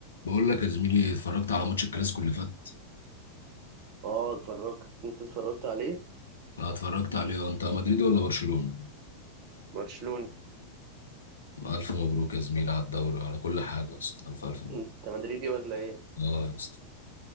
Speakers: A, on the left; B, on the right.
A: بقول لك يا زميلي اتفرجت على ماتش الكلاسيكو اللي فات
B: اه اتفرجت انت اتفرجت عليه
A: انا اتفرجت عليه آه، انت مدريد ولا برشلونة
B: برشلوني
A: الف مبروك يا زميلي على الدوري على كل حاجة يا اسطى الف الف مبروك
B: انت مدريدي ولا ايه
A: اه يا اسطى